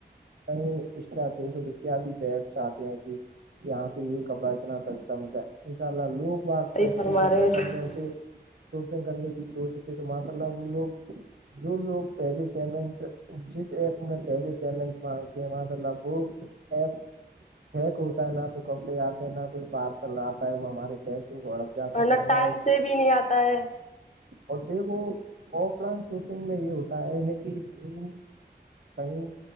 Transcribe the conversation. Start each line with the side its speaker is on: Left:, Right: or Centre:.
Right: کہیں اسٹا کے سو اتیاد بیٹس آتے ہیں کہ یہاں سے یہ کپڑا اتنا سستا ملا ان شاء اللہ لوگ بات
Left: صحیح
Right: سستی
Left: فرما
Right: کے
Left: رہے
Right: چکر
Left: ہو جی
Right: میں
Left: صحیح
Right: اسے شاپنگ کرنے کی سوچ تھے تو ماشاء اللہ وہ لوگ جو لوگ پہلے پیمنٹ جس ایپ میں پہلی پیمنٹ مانگتے ہیں ماشاء اللہ بہت ایپ ہیک ہوتا ہے نہ تو کپڑے آتے ہیں نہ کوئی پارسل آتا ہے وہ ہمارے پیسو کو ہڑپ جاتے
Left: ورنہ
Right: ہیں تو ہمیں
Left: ٹائم
Right: ایسے
Left: سے بھی نہیں آتا ہے
Right: اور دیکھو آف لائن شاپنگ میں یہ ہوتا ہے کہ ہم کہیں